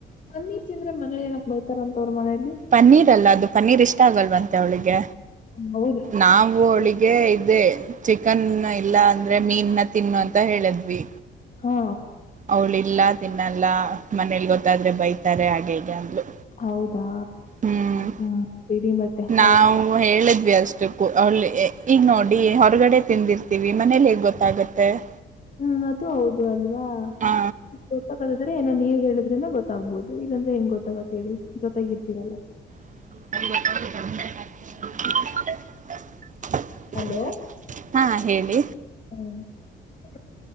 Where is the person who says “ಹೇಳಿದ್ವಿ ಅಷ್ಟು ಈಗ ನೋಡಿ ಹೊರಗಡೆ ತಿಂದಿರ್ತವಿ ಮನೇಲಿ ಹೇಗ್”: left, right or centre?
Right